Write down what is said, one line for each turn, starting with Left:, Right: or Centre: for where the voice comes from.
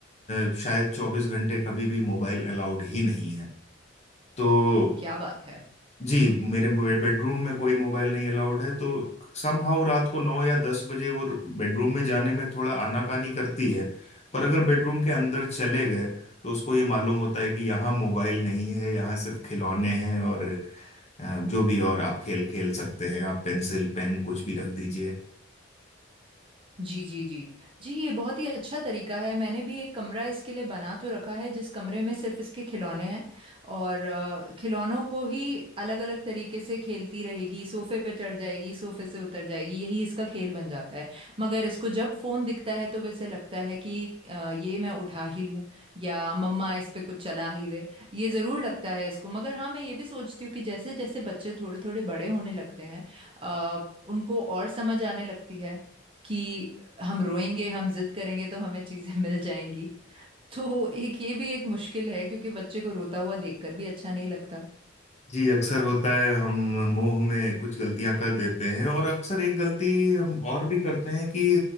Left: अ, शायद चौबीस घंटे कभी भी मोबाइल अलाउड ही नहीं है तो
Right: क्या बात है
Left: जी मेरे बेडरूम में कोई मोबाइल नहीं अलाउड है तो समहाउ रात को नौ या दस बजे वो बेडरूम में जाने में थोड़ा आनाकानी करती है पर अगर बेडरूम के अंदर चले गए तो उसको ये मालूम होता है कि यहाँ मोबाइल नहीं है यहाँ सिर्फ खिलौने हैं और अ, जो भी और आप खेल खेल सकते हैं आप पेंसिल पेन कुछ भी रख दीजिए
Right: जी जी जी जी ये बहुत ही अच्छा तरीका है मैंने भी एक कमरा इसके लिए बना तो रखा है जिस कमरे में सिर्फ इसके खिलौने हैं और अ, खिलौनों को ही अलग अलग तरीके से खेलती रहेगी सोफे पे चढ़ जाएगी सोफे से उतर जाएगी यही इसका खेल बन जाता है मगर इसको जब फोन दिखता है तो वैसे लगता है कि अ, ये मैं उठा ही लूं या मम्मा इस पे कुछ चला ही दे ये जरूर लगता है इसको मगर हाँ मैं ये भी सोचती हूँ कि जैसे जैसे बच्चे थोड़े थोड़े बड़े होने लगते हैं अ, उनको और समझ आने लगती है कि हम रोएंगे हम जिद करेंगे तो हमें चीजें मिल जाएंगी तो एक ये भी एक मुश्किल है क्योंकि बच्चे को रोता हुआ देखकर भी अच्छा नहीं लगता
Left: जी अक्सर होता है हम मोह में कुछ गलतियां कर देते हैं और अक्सर एक गलती हम और भी करते हैं कि